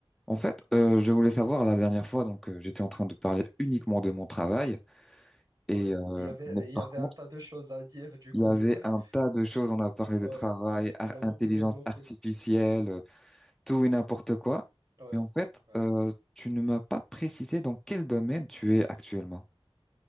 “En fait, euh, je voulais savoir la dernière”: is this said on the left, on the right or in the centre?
Centre